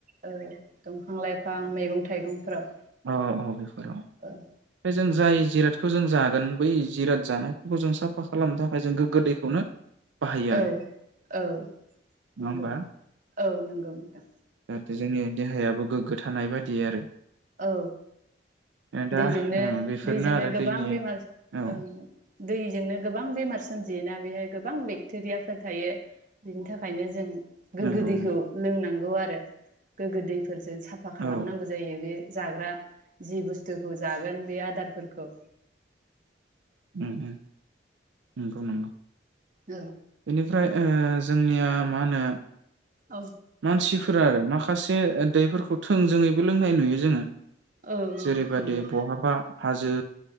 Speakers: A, on the right; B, on the right.
A: औ दंफां लाइफां मैगं-थाइगंफ्राव।
B: अ अ बेफोराव।
A: औ।
B: ओमफ्राय जों जाय जिरादखौ जों जागोन बै जिराद जानायफोरखौ जों साफा खालामनो थाखाय जों गोग्गो दैखौनो बाहायो आरो
A: औ औ नंगौ
B: नङा होमबा
A: औ नंगौ नोंथां।
B: जाहाथे जोंनि देहायाबो गोग्गो थानाय बादि आरो।
A: औ
B: दा
A: दैजोंनो
B: ओ बेफोरनो
A: दैजोंनो
B: आरो
A: गोबां
B: दैनि
A: बेमार
B: औ
A: ओं। दैजोंनो गोबां बेमार सोमजियोना बेहाय गोबां बेक्टेरियाफोर थायो बिनि थाखायनो जों गोग्गो
B: नंगौ
A: दैखौ लोंनांगौ आरो बे गोग्गो दै फोरजों साफा खालामनांगौ
B: औ
A: जायो बे जाग्रा जि बुस थुखौ जागोन बे आदारफोरखौ
B: उम उम नंगौ नंगौ।
A: औ
B: बेनिफ्राय ओ जोंनिया मा होनो
A: औ
B: मानसिफोरा आरो माखा खासे दैफोरखौ थोंजोङैबो लोंनाय नुयो जोङो।
A: औ
B: जेरैबादि
A: नंगौ
B: बहाबा हाजो